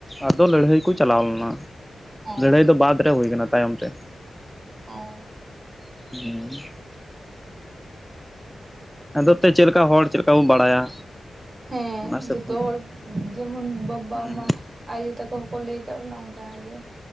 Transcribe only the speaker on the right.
ᱚ
ᱚ
ᱦᱮᱸ
ᱡᱚᱛᱚ
ᱦᱚᱲ
ᱡᱮᱢᱚᱱ ᱵᱟᱵᱟ
ᱢᱟ ᱟᱭᱳ ᱛᱟᱠᱚ ᱦᱚᱠᱚ ᱞᱟᱹᱭ ᱟᱠᱟᱫ ᱵᱚᱱᱟ ᱚᱱᱠᱟᱜᱮ᱾